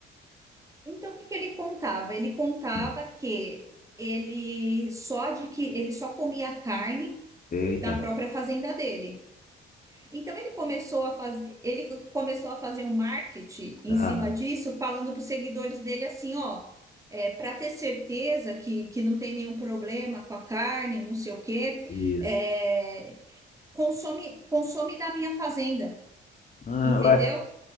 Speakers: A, on the right (about 15°); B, on the left (about 40°).
A: Então, o que que ele contava? Ele contava
B: Hum,
A: que ele só de que ele só comia carne
B: Eita.
A: da própria fazenda dele. Então ele começou a fazer, ele começou a fazer um marketing em
B: Ah,
A: cima disso, falando para os seguidores dele assim, ó, é, para ter certeza que, que não tem nenhum problema com a carne, não sei o quê,
B: isso.
A: é, consome consome da minha fazenda,
B: Ah,
A: entendeu?
B: ué.